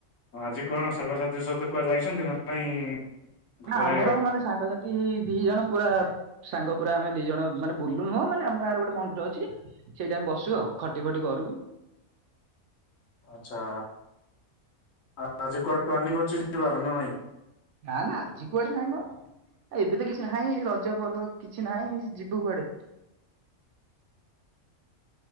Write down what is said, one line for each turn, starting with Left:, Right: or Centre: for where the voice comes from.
Left: ଆଜି କଣ ସାଙ୍ଗସାଥି ସହିତ କୁହା ଯାଇଛନ୍ତି? ନା ନାଇଁ ଘରେ
Right: ଆମର ମାନେ ସାଙ୍ଗସାଥି ଦି ଜଣ ପୁରା ସାଙ୍ଗ ପୁରାଆମେ ଦି ଜଣ ମାନ ବୁଲୁଁ ମାନେ, ଆମ ଗାଁରେ ଗୋଟେ ମନ୍ଦିର ଅଛି, ସେଇଠି ଆମେ ବସୁ ଆଉ ଖଟି ଫଟି କରୁ
Left: ଆଛା, ଆ ଆଜି କୁଆଡ ପ୍ଲାନିଂ ଅଛି ଯିବାର ନା ନାଇଁ?
Right: ନା, ନା, ଆଜି କୁଆଡେ ନହିଁ ମ? ଏବେ ତ କିଛି ନାହିଁ, ରଜ ପର୍ବ କିଛି ନାହିଁ ଯିବୁ କୁଆଡେ? <inaudible>